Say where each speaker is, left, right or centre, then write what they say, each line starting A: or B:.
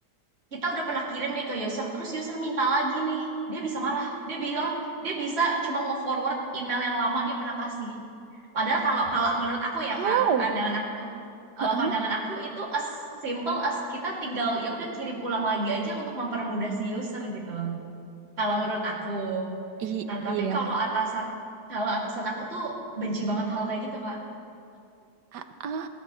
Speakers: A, on the right; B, on the right.
A: kita udah pernah kirim nih ke user terus user minta lagi nih. Dia bisa marah. Dia bilang dia bisa cuma nge-forward email yang lama dia pernah kasih. Padahal kalau kalau menurut aku ya
B: how?
A: Kak, pandangan aku,
B: Heeh.
A: kalau pandangan aku itu as simple as kita tinggal ya udah kirim ulang lagi aja untuk mempermudah si user gitu loh. Kalau menurut aku.
B: I-
A: Nah,
B: iya.
A: tapi kalau atasan kalau atasan aku tuh benci banget hal kayak gitu, Kak.
B: Ah, ah.